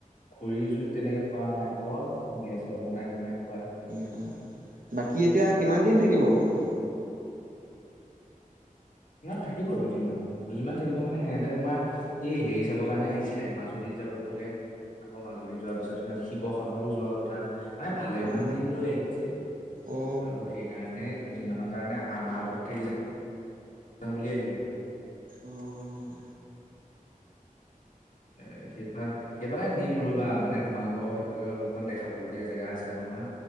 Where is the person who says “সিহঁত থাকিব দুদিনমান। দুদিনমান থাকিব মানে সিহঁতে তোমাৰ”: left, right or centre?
Left